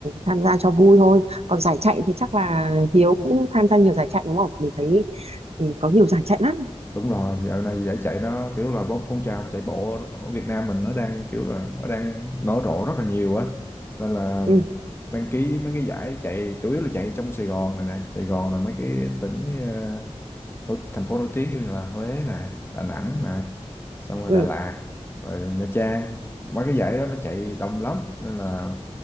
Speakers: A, on the right (about 65°); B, on the left (about 20°).
A: tham gia cho vui thôi. Còn giải chạy thì chắc là Hiếu cũng tham gia nhiều giải chạy đúng không? Mình thấy ừ, có nhiều giải chạy lắm.
B: đúng rồi dạo này giải chạy nó kiểu là bó- phong trào chạy bộ ở Việt Nam mình nó đang kiểu là nó đang nở rộ rất là nhiều á nên là
A: Ừ,
B: đăng ký mấy cái giải chạy chủ yếu là chạy trong Sài Gòn này nè Sài Gòn là mấy cái tỉnh ờ, nổi- thành phố nổi tiếng như là Huế nè Đà Nẵng nè xong rồi
A: ừ,
B: Đà Lạt rồi Nha Trang mấy cái giải đó nó chạy đông lắm nên là